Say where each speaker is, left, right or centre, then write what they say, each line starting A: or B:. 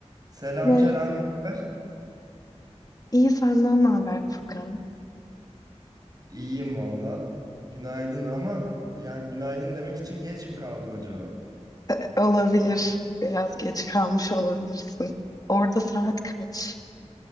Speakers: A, on the right; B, on the left.
A: Selam
B: Merhaba.
A: Ceren, ne haber?
B: İyi senden ne haber Furkan?
A: İyiyim valla. Günaydın ama yani günaydın demek için geç mi kaldım acaba?
B: E, Olabilir. Biraz geç kalmış olabilirsin. Orada saat kaç?